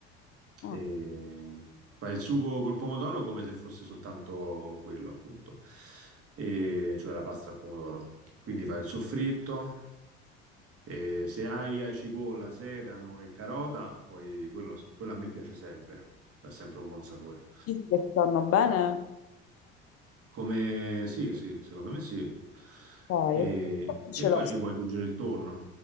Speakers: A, on the left (about 45°); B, on the right (about 45°).
A: ok.
B: E fai il sugo col pomodoro come se fosse soltanto quello, appunto, E- cioè la pasta al pomodoro. Quindi fai il soffritto. E se hai cipolla, sedano e carota, poi quello, quello a me piace sempre, dà sempre un buon sapore.
A: Dici che stanno bene?
B: Come sì, sì, secondo me sì.
A: Dai,
B: E,
A: io
B: e
A: ce l'ho
B: poi ci puoi aggiungere il tonno.